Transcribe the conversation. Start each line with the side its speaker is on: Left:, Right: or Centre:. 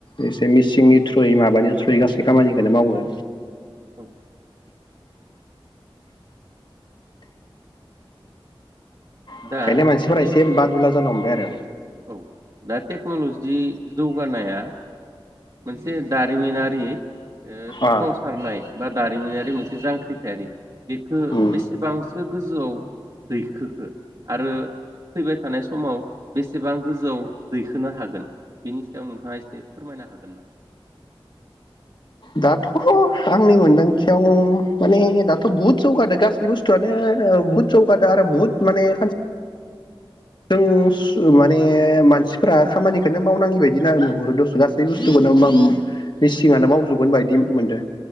Left: एसे मिसिंनि थ्रुयै माबानि थ्रुयै गासै खामानिखौनो मावो।
Right: औ।
Left: ओंखायनो
Right: दा
Left: मानसिफोरा
Right: जिथु
Left: एसे बादुला जानो हमबाय आरो
Right: औ दा टेक्न'लजि जौगानाया मोनसे दारिमिनारि ओ सोमावसारनाय।
Left: अ
Right: बा दारिमिनारि मोनसे जांख्रिथायारि बेखौ
Left: उम
Right: बेसेबांसो गोजौआव दैखोखो? आरो फैबाय थानाय समाव बेसेबां गोजौआव दैखोनो हागोन बेनि सायाव नोंथाङा एसे फोरमायनो हागोन ना?
Left: दाथ' आंनि मोनदांथियाव माने दाथ' बुहुत जौगादो गासै बुस्थुआनो बुहुत जौगादो आरो बुहुत माने खा जों माने मानसिफोरा खामानिखौनो मावनाङि बायदि नुहरो दस' गासैखौनो मिसिनानो मावजोबगोन बायदि मोनदों।